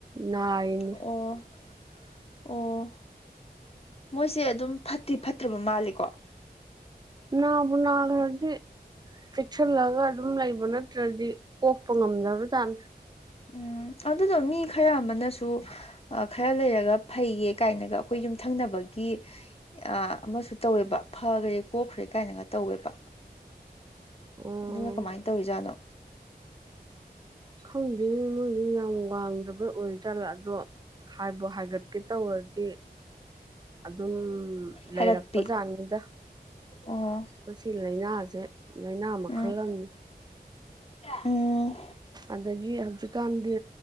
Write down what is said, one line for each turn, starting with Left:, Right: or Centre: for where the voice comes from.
Right: ꯅꯥꯔꯤꯅꯤ
Left: ꯑꯣ ꯑꯣ ꯃꯣꯏꯁꯦ ꯑꯗꯨꯝ ꯐꯠꯇꯤ ꯐꯠꯇ꯭ꯔꯕ ꯃꯥꯜꯂꯦꯀꯣ
Right: ꯅꯥꯕꯨ ꯅꯥꯒ꯭ꯔꯗꯤ ꯆꯦꯛꯁꯤꯜꯂꯒ ꯑꯗꯨꯝ ꯂꯩꯕ ꯅꯠꯇ꯭ꯔꯗꯤ ꯀꯣꯛꯄ ꯉꯝꯗꯕ ꯖꯥꯠꯅꯤ
Left: ꯎꯝ ꯑꯗꯨꯗꯣ ꯃꯤ ꯈꯔ ꯑꯃꯅꯁꯨ ꯈꯔ ꯂꯩꯔꯒ ꯐꯩꯌꯦ ꯀꯥꯏꯅꯒ ꯑꯩꯈꯣꯏ ꯌꯨꯝꯊꯪꯅꯕꯒꯤ ꯑ ꯑꯃꯁꯨ ꯇꯧꯋꯦꯕ ꯐꯒꯔꯦ ꯀꯣꯛꯈ꯭ꯔꯦ ꯀꯥꯏꯅꯒ ꯇꯧꯋꯦꯕ
Right: ꯑꯣ
Left: ꯑꯗꯨꯅ ꯀꯃꯥꯏꯅ ꯇꯧꯔꯤꯖꯥꯠꯅꯣ
Right: ꯈꯪꯗꯦꯅꯦ ꯃꯣꯏꯗꯨꯅ ꯌꯥꯝ ꯋꯥꯡꯗꯕꯩ ꯑꯣꯏꯖꯥꯠꯂ ꯑꯗꯣ ꯍꯥꯏꯕꯨ ꯍꯥꯏꯒꯠꯀꯦ ꯇꯧꯔꯗꯤ ꯑꯗꯨꯝ ꯂꯩꯔꯛꯄꯖꯥꯠꯅꯤꯗ
Left: ꯍꯥꯏꯒꯠꯄꯤ ꯑꯣ
Right: ꯃꯁꯤ ꯂꯥꯏꯅꯥꯁꯦ ꯂꯥꯏꯅꯥ ꯃꯈꯜ
Left: ꯎꯝ
Right: ꯑꯃꯅꯤ
Left: ꯎꯝ
Right: ꯑꯗꯒꯤ ꯍꯧꯖꯤꯛꯀꯥꯟꯗꯤ